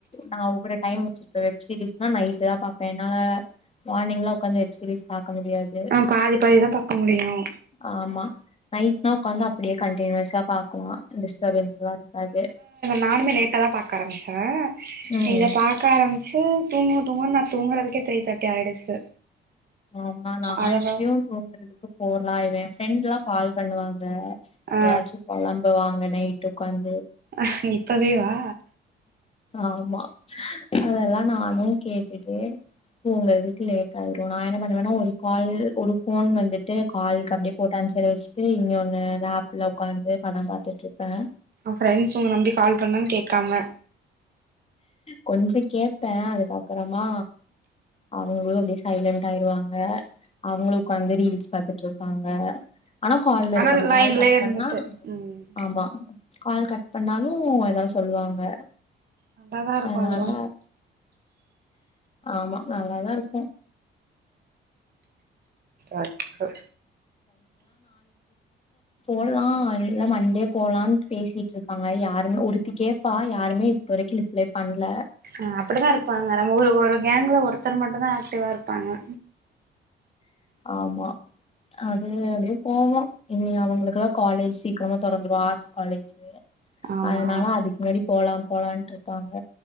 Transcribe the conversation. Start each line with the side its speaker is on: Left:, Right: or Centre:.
Left: நான் ஒவ்வொரு டைம் வச்சிருப்பேன் வெப் சீரியஸ்னா நைட் தா பாார்ப்பேன் என்னால மார்னிங் எல்லாம் உக்காந்து வெப்சீரிஸ் பா முடியாது
Right: ஆ பாதி பாதிதா பாக்க முடியு
Left: ஆமா நைட்னா உக்காந்து அப்படிய கண்டி நியூஸ்ஸா பார்கக்கலாம் டிஸ்டர்பன்ஸ் எல்லாம் இருக்காது
Right: நானுே லேட்டா தா பா்கக்க ஆரம்மிச்சேன்
Left: ம்
Right: இத பாக்கா ஆரம் தூங்கும் தூங்கும் நா தூங்குறதுக்கே த்ரீ தேர்ட்டி ஆயிடுச்சு
Left: ஆமா நா
Right: அதவா
Left: எப்படியும் தூங்குறதுக்கு ஃபோர் ஆயிடும் என் ஃப்ரெண்ட்ல்லாம் கால் பண்ணுவாங்க
Right: ஆ
Left: ஏதாச்சும் பொழம்புவாங்க நைட் துக்கான
Right: அஹ் இப்பவே வா
Left: ஆமா அதெல்லாம் நானும் கேட்டுட்டு உங்கதுக்கு லேட் ஆயிடும் நா என்ன பண்ணுவேன்னா ஒரு கால் ஒரு போன் வந்துட்டு காலுக்கு அப்படியே போட்ட ஆன்சர் வச்சுட்டு இங்கொன்னு லேப்ல உட்காந்து படம் பாத்துட்டு இருப்பேன்
Right: ஃப்ரெண்ட்ஸ் உங்க நம்பி கால் பண்ணான்னு கேக்காம
Left: கொஞ்சம் கேட்பேன் அதுக்கப்புறமா அவங்களும் அப்படியே சைலண்டட் ஆயிருவாங்க அவங்களும் உட்காந்து ரீல்ஸ் பாத்துட்டு இருப்பாங்க ஆனா கால்ல
Right: ஆனா
Left: இருக்கணும்
Right: லைன்லயே
Left: கால் கட்
Right: இருந்துட்டு
Left: பண்ணா
Right: ம்
Left: ஆமா கால் கட் பண்ணாலும் ஏதாவது சொல்லுவாங்க
Right: நல்லாதா இருக்கும்
Left: அதனால
Right: அதுவா
Left: ஆமா நல்லாதா இருக்கும்
Right: ஓகே
Left: போலாம் இல்ல மண்டே போகலான்ட்டு பேசிட்டு இருக்காங்க யாருமே ஒருத்திகேப்பா யாருமே இது வரைக்கும் ரிப்ளை பண்ணல
Right: ஆஹ் அப்படித்தா இருப்பாங்க நம்ம ஒரு ஒரு கேங்க்ல ஒருத்தர் மட்டும் தா ஆக்டிவா இருக்கும் பாங்க
Left: ஆமா அது அப்படியே போவோம் இனி அவங்களுக்குல்லாம் காலேஜ் சீக்கிரமா தொடந்து ஆர்ட்ஸ் காலேஜ்
Right: ஆமா
Left: அதனால அதுக்கு முன்னாடி போலாம் போலான்ட்டு இருக்காங்க